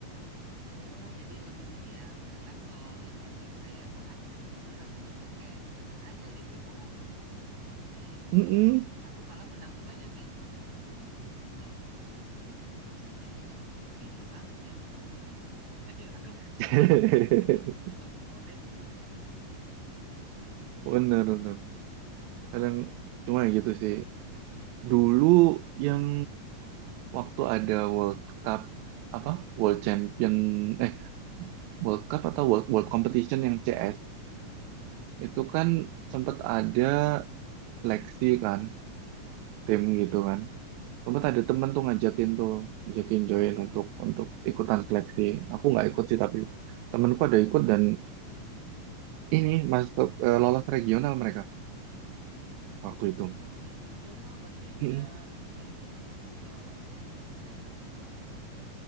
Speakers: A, on the right; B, on the right.
A: Oh, jadi lebih ini ya, karena kalau nontonin kayak orang jago gitu rasanya tuh kayak seneng aja gitu. ya. Oh, ini orang jago banget nih.
B: Mm-mm.
A: Aku jadi aku malah pernah ngebayangin, aduh, aku kalau misalnya ini kayaknya GG banget ya, mungkin aku bakal jadi pro player. Aku <laughs>
B: <laughs>
A: sempet ngebetul kalau lihat gue.
B: bener bener kadang cuma ya gitu sih Dulu yang waktu ada World Cup apa World Champion eh World Cup atau World World Competition yang CS itu kan sempat ada seleksi kan tim gitu kan sempat ada temen
A: <laughs>
B: tuh ngajakin tuh ngajakin join untuk untuk ikutan seleksi aku nggak ikut sih tapi temenku ada ikut dan ini masuk eh, lolos regional mereka waktu itu
A: Wow, terus regional berarti udah
B: Mm-mm.
A: udah ini dong, berarti udah lawan yang player eh, se